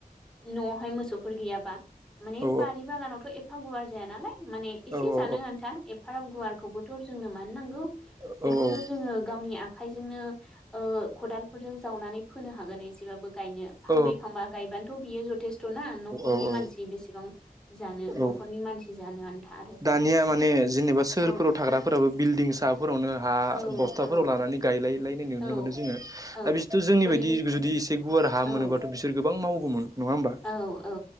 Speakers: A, in the centre; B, on the right.
A: न'आवहाय मोसौफोर गैयाबा माने
B: औ
A: बारि बागानावथ' एफा गुवार जाया नालाय माने एसे
B: औ
A: जानो
B: औ
A: आन्था एफाराब गुवारखौबोथ' जोंनो मानो नांगौ?
B: औ
A: बेखौथ' जोङो गावनि आं खायजोंनो ओ खदालफोरजों जावनानै फोनो हागोन एसेबाबो। गायनो फांब्रै
B: औ
A: फांबा गायबानोथ' बियो जथेस्थ' ना न'खरनि
B: औ औ
A: मानसि बेसेबां जानो न'खरनि
B: औ
A: मानसि जानो आन्था आरो
B: दानिया माने जेनेबा सोहोरफोराव
A: औ
B: थाग्राफोराबो बिल्डिं सा फोरावनो हा
A: औ
B: बस्थाफोराव
A: औ
B: लानानै गायलायलाय नायनाय
A: औ
B: नुनो मोनो जोङो
A: औ
B: दा बिसोरथ' जोंनि
A: बै
B: बायदि जुदि एसे गुवार हा
A: औ
B: मोनोबाथ' बिसोर गोबां मावगौमोन। नङा होमबा
A: औ औ